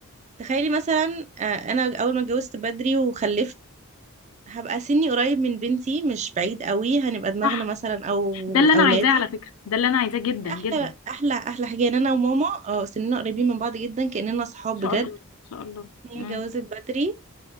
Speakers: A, on the right; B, on the left.
A: تخيلي مثلا آه، انا اول ما اتجوزت بدري وخلفت هبقى سني قريب من بنتي مش بعيد قوي هنبقى دماغنا
B: صح
A: مثلا او
B: ده اللي انا
A: اولادي
B: عايزاه على فكره ده اللي انا عايزاه جدا
A: احلى
B: جدا ان
A: احلى احلى حاجه ان انا وماما اه سننا قريبين من بعض جدا كاننا صحاب
B: شاء
A: بجد
B: الله ان شاء الله
A: ان هي
B: مم.
A: اتجوزت بدري